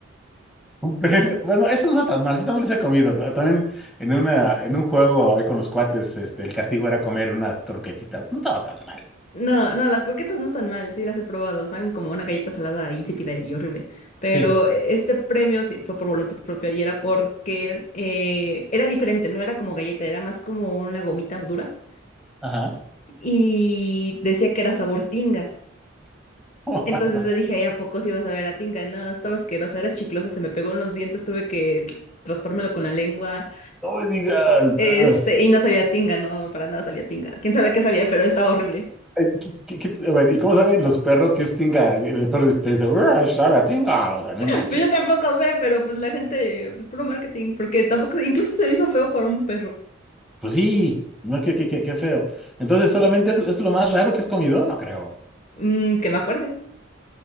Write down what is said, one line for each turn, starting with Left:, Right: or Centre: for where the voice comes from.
Centre: Un premio. Bueno, eso no está tan mal. Yo también les he comido. Claro, También en una, en un juego ahí con los cuates, este, el castigo era comer una croquetita. No estaba tan mal.
Left: No, no, las croquetas no están mal, sí las he probado, saben como una galleta salada insípida y horrible, pero
Centre: Sí.
Left: eh, este premio sí fue por voluntad propia y era porque eh, era diferente, no era como galleta, era más como una gomita dura
Centre: Ajá.
Left: y decía que era sabor tinga.
Centre: <laughs>
Left: Entonces yo dije, "Ay, ¿a poco sí vas a ver a Tinga? No, estaba asquerosa, era chiclosa, se me pegó en los dientes, tuve que raspármelo con la lengua.
Centre: No me digas.
Left: Este,
Centre: ah.
Left: y no sabía a Tinga, no, para nada sabía a Tinga. Quién sabe qué sabía, pero estaba horrible.
Centre: Ay, ¿qué- qué- qué- a ver, ¿y cómo saben los perros que es tinga? El perro te dice, "Uah, sabe a tinga. O sea, no
Left: <laughs>
Centre: manchen.
Left: Pues yo tampoco sé, pero pues la gente, pues puro marketing, porque tampoco, incluso se me hizo feo por un perro.
Centre: Pues sí. No, qué, qué, qué, qué feo. Entonces, ¿solamente es, es lo más raro que has comido? No creo.
Left: Mm, que me acuerde.